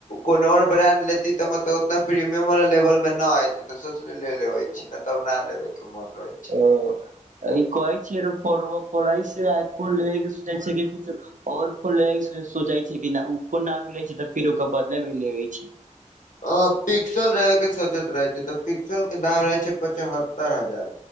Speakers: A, on the left (about 75°); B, on the right (about 75°).
A: कोनो आर ब्राण्ड लेती तऽ मतलब ना प्रीमियम व लेवल मे न एती त सोचली ले लेबे छी न तब न लेबे के मन रहे।
B: ओ त ई कहै छी <unintelligible> से आइ फोन लए सुझै छै कि और फोन लै के सोचै छी किना फोन न मिलै छै तऽ फेर ओकर बदले मे लए छी।
A: अ पिक्सल रहे के सोचैत रहै छी तऽ पिक्सल के दाम रहै छै पचहत्तर हजार।